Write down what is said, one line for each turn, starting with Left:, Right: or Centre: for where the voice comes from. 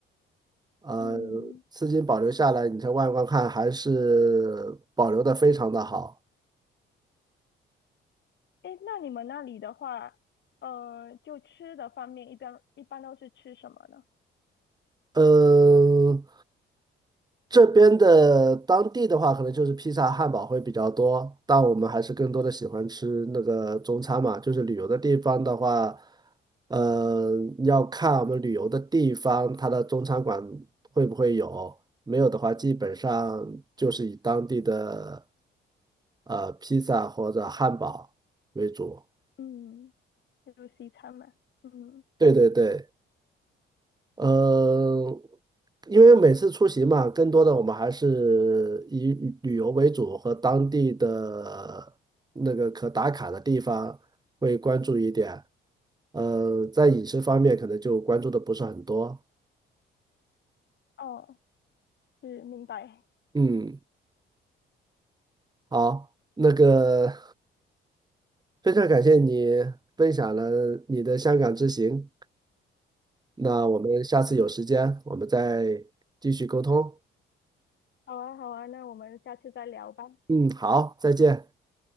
Right: 呃，
Left: 嗯。
Right: 至今保留下来，你才外观看还是保留的非常的好。
Left: 哎，那你们那里的话，呃，就吃的方面，一般一般都是吃什么呢？
Right: 嗯，这边的当地的话，可能就是披萨、汉堡会比较多，但我们还是更多的喜欢吃那个中餐嘛。就是旅游的地方的话，呃，要看我们旅游的地方，它的中餐馆会不会有，没有的话，基本上就是以当地的呃披萨或者汉堡为主。
Left: 嗯，就西餐嘛。嗯，
Right: 对对对。呃，因为每次出行嘛，更多的我们还是以旅旅游为主，和当地的那个可打卡的地方会关注一点。呃，在饮食方面可能就关注的不是很多。
Left: 哦，是，明白。
Right: 嗯，好，那个非常感谢你分享了你的香港之行，那我们下次有时间我们再继续沟通。
Left: 好啊，好啊，那我们下次再聊吧，
Right: 嗯，好，再见。